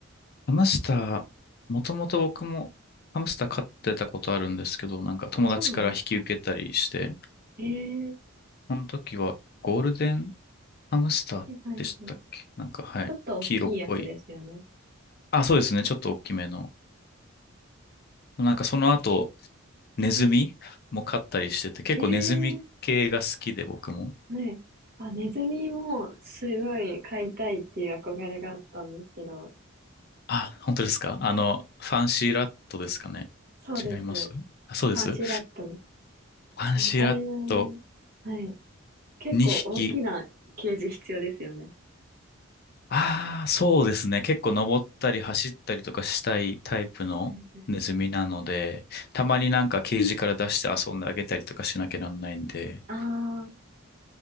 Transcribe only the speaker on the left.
ハムスター、もともと僕もハムスター飼ってたことあるんですけど、なんか友達から引き受けたりして、
その時はゴールデンハムスターでしたっけなんか、
はい。
黄色っぽい。あ、そうですね。ちょっと大きめの。なんかその後、ネズミも飼ったりしてて、
結構ネズミ系が好きで僕も。
あ、本当ですかあの、ファンシーラットですかね
違いますあ、そうです。
ファンシーラット
2匹。ああ、そうですね。結構登ったり走ったりとかしたいタイプのネズミなので、
たまになんかケージから出して遊んであげたりとかしなきゃなんないんで、